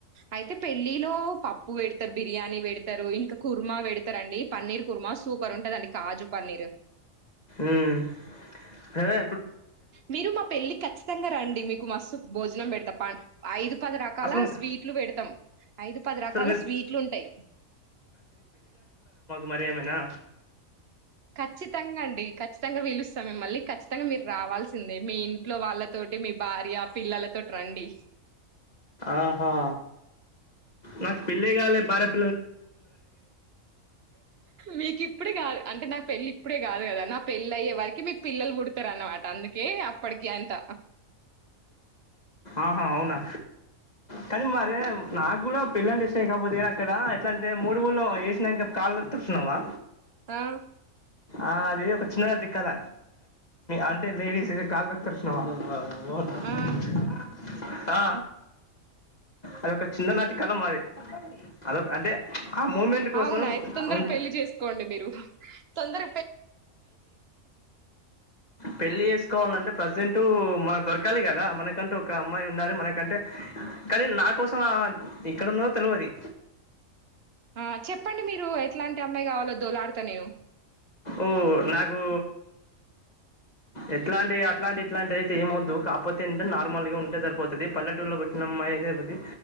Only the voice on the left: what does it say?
మ్మ్ అవే
అసలు
అసలు మీరు
మారేమనా
ఆహా నాకు పెళ్లే కాలే బారాత్
ఆహా అవునా కానీ మరే నాకు కూడా పెళ్లి అంటే ఇష్టమే కాకపోతే ఏ అక్కడ ఎట్లా అంటే మూడు ముళ్ళు ఏషి నంక కాళ్ళు తూడుస్ తున్నావా
ఆ అది ఒక చిన్న టిక్కాల అంటే లేడీస్ కాళ్ళు తుడిచినవ నువ్వు నా గురించి
ఏం తిసినావ్ ఆ అది ఒకటి చిన్ననాటి కల మాది అదొక్ అంటే ఆ మూమెంట్ కోసం
ఉన్-
పెళ్లి చేసుకోవాలంటే ప్రజెంట్ మనకు దొరకాలి కదా మనకంటూ ఒక అమ్మాయి ఉండాలి మనకంటే కానీ నా కోసం ఆమె ఎక్కడ ఉన్నదో తెలువది
ఓ నాకు ఎట్లాంటి అట్లాంటి ఇట్లాంటి అయితే ఏమ్ వద్దు కాకపోతే ఏంటే నార్మల్గా ఉంటే సరిపోతది పల్లెటూరులో పుట్టిన అమ్మాయి అయితే ఐపోయింది